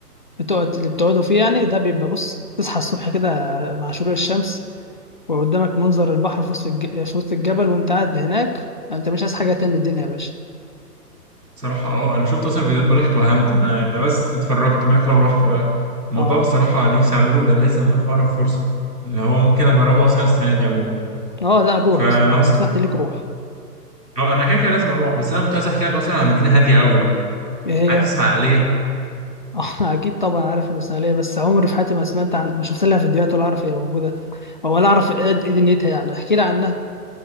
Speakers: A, on the left; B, on the right.
A: بتقعد اللي بتقعدوا فيه يعني ده بيبقى بص تصحى الصبح كده مع شروق الشمس وقدامك منظر البحر في وسط الج... في وسط الجبل وانت قاعد هناك انت مش عايز حاجه تاني من الدنيا يا باشا
B: صراحة اه انا شفت اصلا فيديوهات بلاغت وهمت انا انا بس اتفرجت بالك لو رحت بقى الموضوع
A: اه
B: بصراحة نفسي اعمله ده لازم اعمله في اقرب فرصة اللي هو ممكن اجربه اصلا السنة دي عموما
A: اه لا الروح
B: فانا
A: بصراحه
B: اصلا
A: نصيحتي ليك روح
B: اه انا كده كده لازم اروح بس انا كنت عايز احكي لك اصلا عن مدينة هادية قوي بقى
A: ايه هي
B: عارف اسماعيلية
A: <laughs> اه اكيد طبعا عارف المثاليه بس عمري في حياتي ما سمعت عن ما شفت لها فيديوهات ولا اعرف هي موجوده او ولا اعرف ايه إيه دنيتها يعني احكي لي عنها